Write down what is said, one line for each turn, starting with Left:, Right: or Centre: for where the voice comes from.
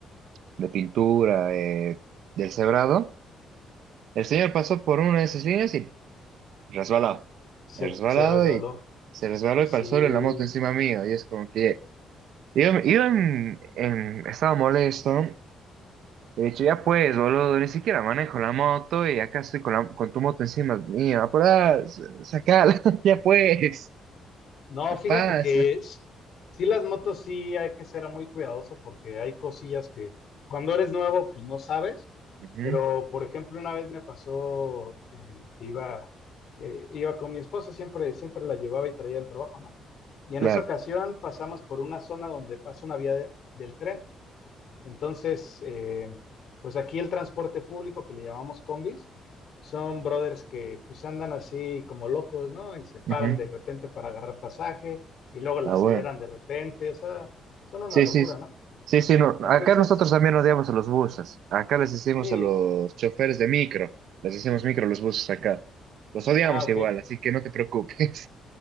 Right: de pintura eh, del cebrado. El señor pasó por una de esas líneas y resbalado.
Left: Se,
Right: Resbalado
Left: se resbaló.
Right: y se resbaló
Left: Sí.
Right: y pasó la moto encima mío. Y es como que yo, yo en- en- estaba molesto. y He dicho, ya pues, boludo, ni siquiera manejo la moto y acá estoy con, la- con tu moto encima mía. Apurá, s- sacala, <laughs> ya pues.
Left: No, fíjate
Right: pasa.
Left: que s- sí las motos sí hay que ser muy cuidadoso porque hay cosillas que cuando eres nuevo pues no sabes.
Right: Ujú,
Left: Pero por ejemplo una vez me pasó eh, que iba eh, iba con mi esposa siempre siempre la llevaba y traía el trabajo, ¿no? Y
Right: claro.
Left: en esa ocasión pasamos por una zona donde pasa una vía de- del tren. Entonces, eh, pues aquí el transporte público que le llamamos combis, son brothers que pues andan así como locos, ¿no? Y se paran
Right: ujú.
Left: de repente para agarrar pasaje y luego la
Right: Ah,
Left: aceleran
Right: bueno.
Left: de repente, o sea, son una
Right: Sí,
Left: locura,
Right: sí. Sí,
Left: ¿no?
Right: sí, sí, no.
Left: Entonces,
Right: Acá nosotros también odiamos a los buses. Acá les decimos
Left: sí,
Right: a los choferes de micro. Les decimos micro a los buses acá. Los odiamos
Left: ah, ok,
Right: igual, así que no te preocupes.